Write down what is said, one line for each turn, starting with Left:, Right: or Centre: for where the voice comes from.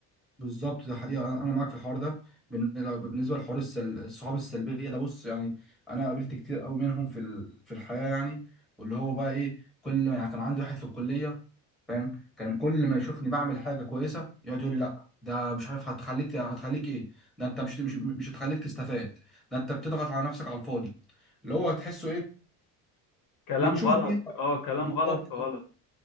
Centre: بالظبط ده حقيقة أنا أنا معاك في الحوار ده بن- لو- بالنسبة لحوار السل... الصحاب السلبية ده بص يعني أنا قابلت كتير أوي منهم في ال... في الحياة يعني واللي هو بقى إيه كل يعني كان عندي واحد في الكلية فاهم كان كل ما يشوفني بعمل حاجة كويسة يقعد يقول لي لأ ده مش عارف هتخليك ت- هتخليك إيه ده أنت مش مش, مش هتخليك تستفاد ده أنت بتضغط على نفسك على الفاضي اللي هو تحسه إيه
Left: كلام
Centre: بتشوفه
Left: غلط
Centre: كده
Left: اه كلام
Centre: بالظبط
Left: غلط فغلط